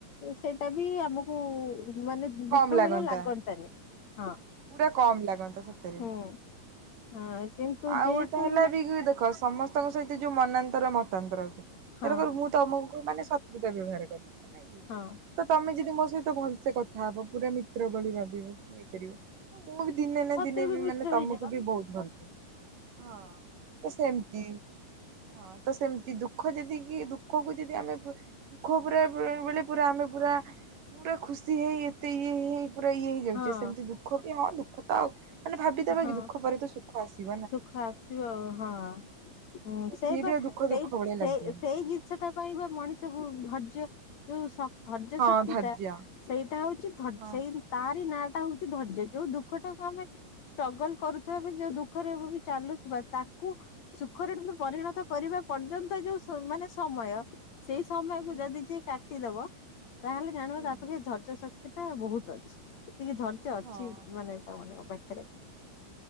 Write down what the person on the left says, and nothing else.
ସେଇଟା ବି ଆମକୁ ମାନେ ଦୁଃଖ
ଭଳିଆ ଲାଗନ୍ତାନି ହଁ
ହୁଁ। ହଁ। କିନ୍ତୁ
ଯେହେତୁ
ହଁ
ହଁ।
ସତରେ
ମିଠା
ହେଇଯିବ।
ହଁ
ହଁ
ସୁଖ ଆସିବ ଆଉ ହଁଁ
ସେଇ
ସେଇ
ସେ
ସେଇ ଜିନିଷ ଟା ପାଇଁ ବା ମଣିଷ ଧର୍ଯ୍ୟ ଏ ଯୋଉ ସ ଧୈର୍ଯ୍ୟ
ଶକ୍ତି
ଟା ସେଇଟା ହଉଛି। ଧର୍
ସେଇ ତାରି ନାଁ ଟା ହଉଛି ଧୈର୍ଯ୍ୟ ଯୋଉ ଦୁଃଖ ଟାକୁ ଆମେ। ଷ୍ଟ୍ରଗଲ କରୁଥିବା। ବି ଯୋଉ ଦୁଃଖରେ ହୋଉ ଚାଲୁଥିବା। ତାକୁ ସୁଖରେ କିନ୍ତୁ କରିବା ପର୍ଯ୍ୟନ୍ତ ଯୋଉ ସ ମାନେ ସମୟ ସେଇ ସମୟ
କୁ ଯଦି ଯିଏ କାଟ୍ ଟିଦେବ। ତାହେଲେ ଜାଣିବା
ତାର ତକି ଧର୍ଯ୍ୟ ଶକ୍ତି। ସେଟା ବହୁତ ଅଛି। ଟିକେ ଧୈର୍ଯ୍ୟ ଅଛି
ମାନେ ତା ମାନେ ମୋ ପାଖେ। ଖରେ।